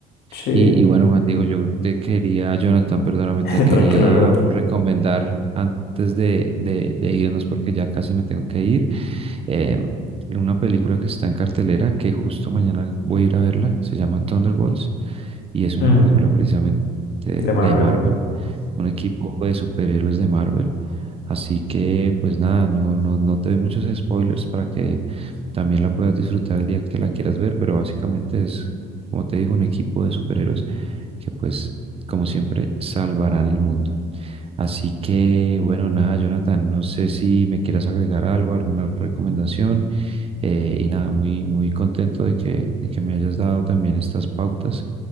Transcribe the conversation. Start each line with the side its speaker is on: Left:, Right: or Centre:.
Left: Sí,
Right: Y, y bueno, Juan Diego, yo te quería, Jonathan, perdóname,
Left: <laughs>
Right: te quería
Left: tranquilo, Leo.
Right: recomendar antes de, de, de irnos porque ya casi me tengo que ir, eh, una película que está en cartelera, que justo mañana voy a ir a verla, se llama Thunderbolts y es una
Left: Mm,
Right: película precisamente de
Left: de Marvel.
Right: de Marvel, un equipo de superhéroes de Marvel. Así que, pues nada, no, no, no te doy muchos spoilers para que también la puedas disfrutar el día que la quieras ver, pero básicamente es, como te digo, un equipo de superhéroes que pues, como siempre, salvarán el mundo. Así que, bueno, nada, Jonathan, no sé si me quieras agregar algo, alguna recomendación. eh, y nada, muy, muy contento de que, de que me hayas dado también estas pautas